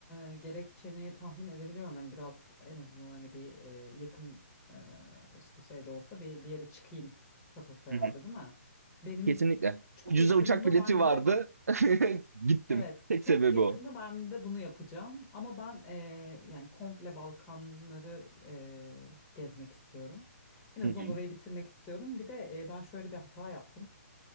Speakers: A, on the left (about 25°); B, on the right (about 80°).
A: e, gerekçeni tahmin edebiliyorum. Hani biraz en azından hani bir e, yakın e, işte şey de olsa bir, bir yere çıkayım kafası
B: Hı
A: herhalde
B: hı.
A: değil mi? Benim
B: Kesinlikle.
A: çok
B: Ucuza
A: yakında
B: uçak bileti
A: ben
B: vardı.
A: de
B: <laughs> Gittim.
A: evet
B: Tek
A: çok
B: sebebi
A: yakında
B: o.
A: ben de bunu yapacağım. Ama ben e, yani komple Balkanları e, gezmek istiyorum. En azından
B: Hı hı.
A: orayı bitirmek istiyorum. Bir de e, ben şöyle bir hata yaptım.